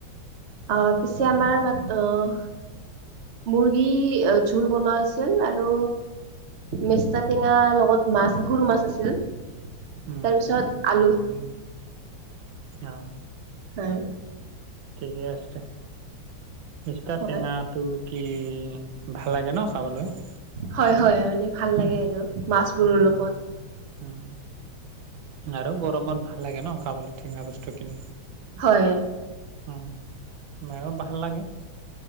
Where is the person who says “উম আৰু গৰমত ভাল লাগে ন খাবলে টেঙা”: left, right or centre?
Right